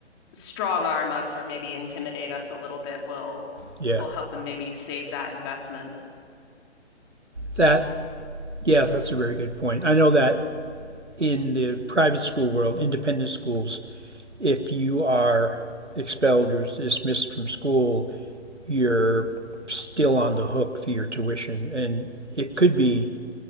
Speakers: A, on the left; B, on the right.
A: strong arm us or maybe intimidate us a little bit will
B: Yeah,
A: will help them maybe save that investment.
B: that yeah, that's a very good point. I know that in the private school world, independent schools, if you are expelled or dismissed from school, you're still on the hook for your tuition. And it could be